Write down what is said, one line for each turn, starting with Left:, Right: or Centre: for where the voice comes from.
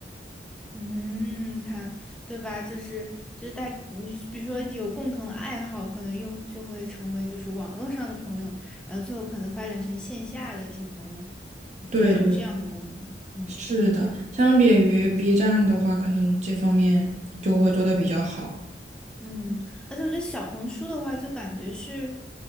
Centre: 嗯，看，对吧？就是就是大，你比如说有共同的爱好，可能又就会成为就是网络上的朋友，然后最后可能发展成线下的一些朋友。嗯，
Right: 对对，
Centre: 它有这样的功能。嗯。
Right: 是的，相比于 B 站的话，可能这方面就会做的比较好。
Centre: 嗯，而且我觉得小红书的话，就感觉是